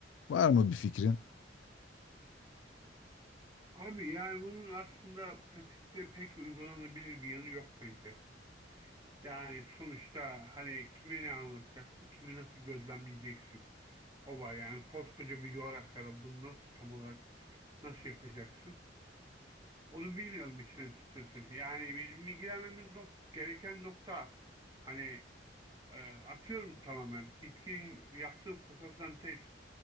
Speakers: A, on the left; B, on the right.
A: Var mı bir fikrin?
B: Abi yani bunun aslında pratikte pek uygulanabilir bir yanı yok bence. Yani sonuçta hani kime ne anlatacaksın, kimi nasıl gözlemleyeceksin? O var yani koskoca bir coğrafyada bunu nasıl tam olarak nasıl yapacaksın? Onu bilmiyorum işin açıkçası. Yani bizim ilgilenmemiz nok gereken nokta hani e, atıyorum tamamen. Bitkin yaptığı fotosentez